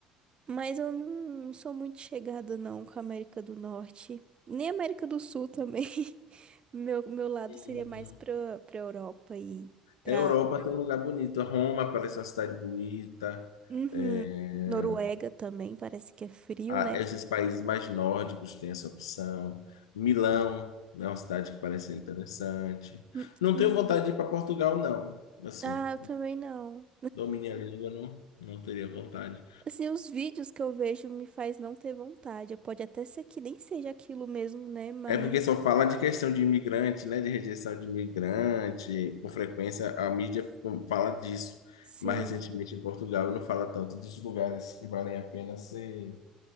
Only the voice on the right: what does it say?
Mas eu não sou muito chegada, não, com a América do Norte. Nem América do Sul também. <laughs> Meu, meu lado
seria mais pra, pra Europa e pra.
Uhum.
Noruega também, parece que é frio,
né?
Hum,
hum.
Ah, eu também não.
Assim, os vídeos que eu vejo me faz não ter vontade. Pode até ser que nem seja aquilo mesmo, né? Mas,
sim.